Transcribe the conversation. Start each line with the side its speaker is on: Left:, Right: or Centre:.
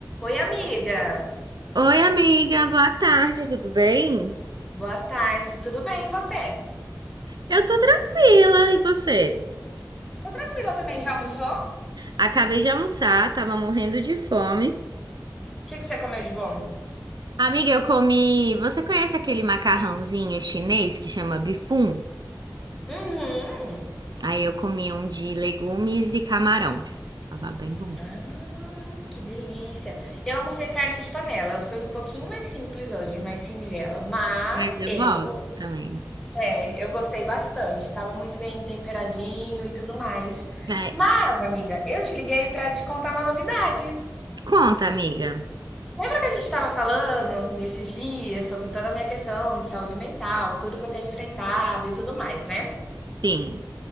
Centre: Oi, amiga.
Right: Oi, amiga, boa tarde, tudo bem?
Centre: Boa tarde. Tudo bem, e você?
Right: Eu tô tranquila, e você?
Centre: Tô tranquila também. Já almoçou? O
Right: Acabei de almoçar, tava morrendo de fome.
Centre: que que você comeu de bom?
Right: Amiga, eu comi. Você conhece aquele macarrãozinho chinês que chama bifum?
Centre: Uhum.
Right: Aí eu comi um de legumes e camarão. Tava bem bom.
Centre: Ah, que delícia. Eu almocei carne de panela. Foi um pouquinho mais simples hoje, mais singela. Mas
Right: Mas eu
Centre: eu,
Right: gosto também.
Centre: é, eu gostei bastante. Tava muito bem temperadinho e tudo mais.
Right: É,
Centre: Mas, amiga, eu te liguei pra te contar uma novidade.
Right: Conta, amiga.
Centre: Lembra que a gente estava falando nesses dias sobre toda a minha questão de saúde mental, tudo que eu tenho enfrentado e tudo mais, né?
Right: Sim.